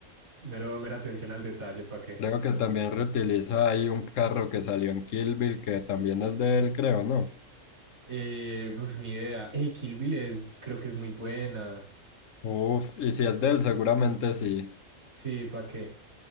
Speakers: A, on the right (about 85°); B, on the left (about 70°).
A: Mero, mera atención al detalle, ¿para qué?
B: Creo que también reutiliza ahí un carro que salió en Kill Bill, que también es de él, creo, ¿no?
A: Eh, uf, ni idea. Hey, Kill Bill es, creo que es muy buena.
B: Uf, y si es de él, seguramente sí.
A: Sí, ¿para qué?